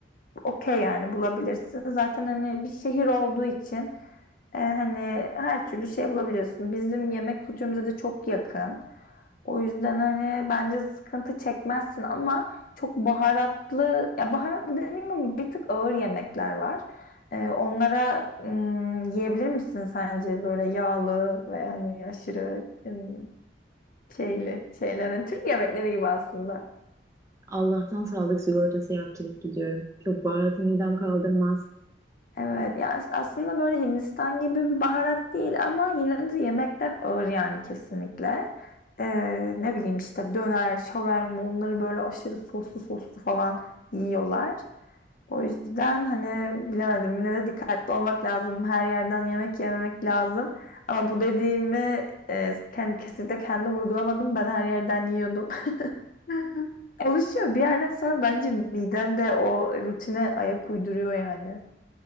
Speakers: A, on the left (about 50°); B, on the right (about 15°).
A: okey yani bulabilirsin. Zaten hani bir şehir olduğu için e, hani her türlü şey bulabiliyorsun. Bizim yemek kültürümüze de çok yakın. O yüzden hani bence sıkıntı çekmezsin ama çok baharatlı, ya baharatlı demeyeyim ama bir tık ağır yemekler var. Ee, onlara ım, yiyebilir misin sence böyle yağlı ve hani aşırı ım, şeyli şeyler? Hani Türk yemekleri gibi aslında.
B: Allah'tan sağlık sigortası yaptırıp gidiyorum. Çok baharatı midem kaldırmaz.
A: Evet, ya as- aslında böyle Hindistan gibi bir baharat değil ama yine de yemekler ağır yani kesinlikle. Ee, ne bileyim işte döner, şaverma onları böyle aşırı soslu soslu falan yiyorlar. O yüzden hani bilemedim. Yine de dikkatli olmak lazım. Her yerden yemek yememek lazım. Ama bu dediğimi e, kend- kesinlikle kendim uygulamadım. Ben her yerden yiyordum. <laughs> Alışıyor. Bir yerden sonra bence miden de o rutine ayak uyduruyor yani.